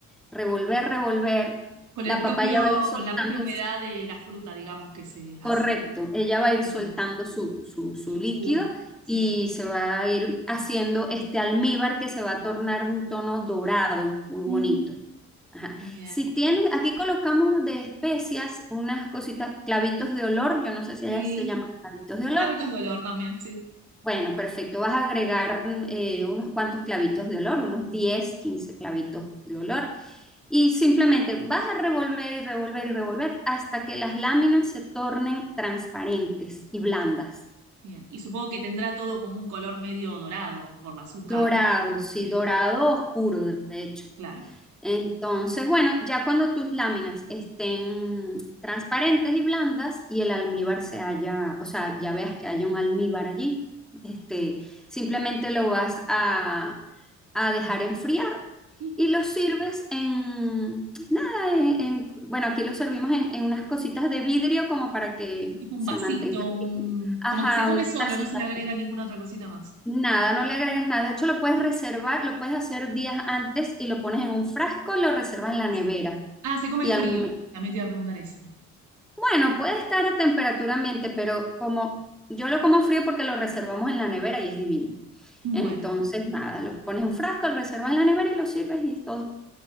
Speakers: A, in the centre; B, on the right (about 75°).
A: revolver, revolver,
B: Con
A: la
B: el propio,
A: papaya va a ir soltando
B: con la propia humedad de la fruta, digamos, que se hace,
A: Correcto, ella va a
B: el
A: ir
B: líquido,
A: soltando su, su, su
B: su
A: líquido
B: jugo. Sí.
A: y se va a ir haciendo este almíbar que se va a tornar de un tono dorado, muy
B: Ujú.
A: bonito. Ajá.
B: Bien.
A: Si tienes, aquí colocamos de especias unas cositas, clavitos de olor, yo no sé si
B: Sí.
A: ellas se llaman clavitos de olor,
B: Clavitos de olor también, sí.
A: bueno, perfecto. Vas a agregar eh, unos cuantos clavitos de olor, unos 10, 15 clavitos de olor. Y simplemente vas a revolver y revolver y revolver hasta que las láminas se tornen transparentes y blandas.
B: Bueno, Bien. Y supongo que tendrá todo como un color medio dorado por el azúcar.
A: Dorado, sí,
B: Bien,
A: dorado oscuro, de hecho.
B: claro.
A: Entonces, bueno, ya cuando tus láminas estén transparentes y blandas y el almíbar se haya, o sea, ya veas que haya un almíbar allí, este, simplemente lo vas a, a dejar enfriar
B: Ujú.
A: y lo sirves en, nada, en, en- bueno, aquí lo servimos en, en unas cositas de vidrio como para que
B: Tipo un
A: se
B: vasito,
A: mantenga.
B: un-
A: Ajá,
B: como que se come
A: unas
B: solo,
A: tacitas.
B: no se le agrega ninguna otra cosita más.
A: Nada, no le agregas nada. De hecho, lo puedes reservar, lo puedes hacer días antes y lo pones en un frasco, lo reservas en la
B: Así.
A: nevera.
B: Ah, se come
A: Y
B: frío.
A: al momento,
B: También te iba a preguntar eso.
A: bueno, puede estar a temperatura ambiente, pero como yo lo como frío porque lo reservamos en la nevera y es divino.
B: Bueno,
A: Entonces, nada, lo pones en un frasco, lo reservas en la nevera y lo sirves y es todo.